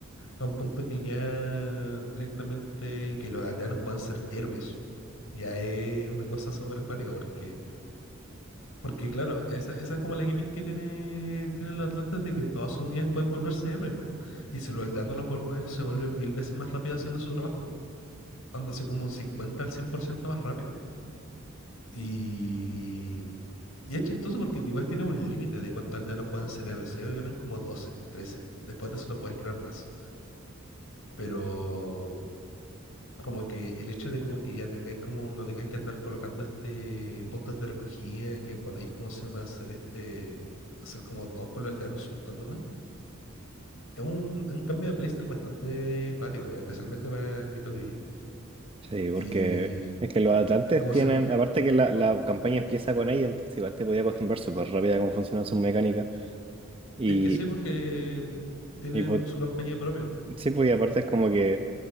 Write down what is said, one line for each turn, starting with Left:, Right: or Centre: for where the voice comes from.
Left: a un punto que ya directamente que los aldeanos puedan ser héroes. Ya es una cosa súper cuática porque, porque claro, esa, esa es como la gimmick que tiene, tienen los atlantes de que todas sus unidades pueden volverse héroes. po. Y si los aldeanos los vuelven, se vuelven mil veces más rápido haciendo su trabajo. Onda así como un 50 al 100% más rápido. Y, y es chistoso porque igual tiene un límite de cuántos aldeanos pueden ser héroes. Se eran como 12, trece, Después de eso no puedes crear más. Pero como que el hecho de como que ya tengáis como, no tengáis que andar colocando este puntos de recogida, que podéis, como se llama, hacer este, hacer como todos con los aldeanos sueltos nomás. Es un, es un cambio de playstyle bastante cuático, especialmente para el Mythology.
Right: Sí, porque
Left: Y,
Right: es que los atlantes
Left: y cómo
Right: tienen,
Left: se llama.
Right: aparte que la, la campaña empieza con ella, entonces igual te podía acostumbrar súper rápido a cómo funcionan sus mecánicas. Y,
Left: Es que sí, porque tienen
Right: y pues,
Left: su campaña propia.
Right: sí, pues y aparte es como que